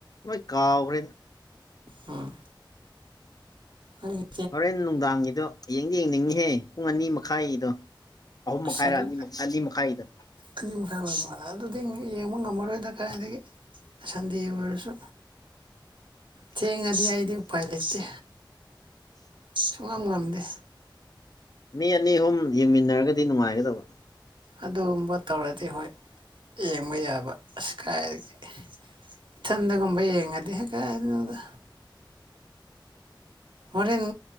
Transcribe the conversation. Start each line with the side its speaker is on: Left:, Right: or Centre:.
Left: ꯂꯣꯏ ꯀꯥꯎꯈ꯭ꯔꯦꯗ꯫
Right: ꯎꯝ꯫ ꯑꯥꯏ꯫
Left: ꯍꯣꯔꯦꯟ ꯅꯨꯡꯗꯥꯡꯒꯤꯗꯣ ꯌꯦꯡꯗ ꯌꯦꯡꯅꯤꯡꯉꯤꯍꯦ ꯄꯨꯡ ꯑꯅꯤ ꯃꯈꯥꯏꯒꯤꯗꯣ ꯑꯍꯨꯝ
Right: ꯑꯁ
Left: ꯃꯈꯥꯏꯔ
Right: ꯑꯗꯨ
Left: ꯑꯅꯤ ꯑꯅꯤ ꯃꯈꯥꯏꯗ
Right: ꯑꯅꯤ ꯃꯈꯥꯏ ꯑꯣꯏꯕ ꯃꯥꯂꯦ ꯑꯗꯨꯗꯤ ꯌꯦꯡꯕ ꯉꯝꯃꯔꯣꯏꯗ ꯀꯗꯥꯏꯗꯒꯤ ꯁꯟꯗꯦ ꯑꯣꯏꯔꯁꯨ ꯊꯦꯡꯉꯗꯤ ꯑꯩꯗꯤ ꯎꯄꯥꯏ ꯂꯩꯇꯦ ꯁꯨꯡꯉꯝ ꯉꯝꯗꯦ꯫
Left: ꯃꯤ ꯑꯅꯤ ꯑꯍꯨꯝ ꯌꯦꯡꯃꯤꯟꯅꯔꯒꯗꯤ ꯅꯨꯡꯉꯥꯏꯒꯗꯕ
Right: ꯑꯗꯨꯒꯨꯝꯕ ꯇꯧꯔꯗꯤ ꯍꯣꯏ ꯌꯦꯡꯕ ꯌꯥꯕ ꯑꯁꯀꯥꯏꯗꯒꯤ ꯏꯊꯟꯗꯒꯨꯝꯕ ꯌꯦꯡꯉꯗꯤ ꯍꯦꯛ ꯀꯅꯣꯗ ꯍꯣꯔꯦꯟ